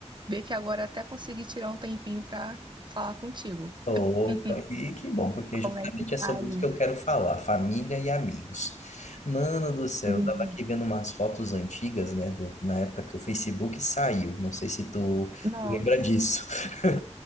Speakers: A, on the right (about 40°); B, on the left (about 85°).
A: ver que agora até consegui tirar um tempinho para falar contigo.
B: tô,
A: <laughs>
B: e que bom, porque
A: Como
B: justamente
A: é que
B: é sobre
A: tá aí?
B: isso que eu quero falar, família e amigos. Mano do céu,
A: Hum,
B: eu tava aqui vendo umas fotos antigas, né, do, na época que o Facebook saiu, não sei se tu,
A: Nossa,
B: tu lembra disso. <laughs>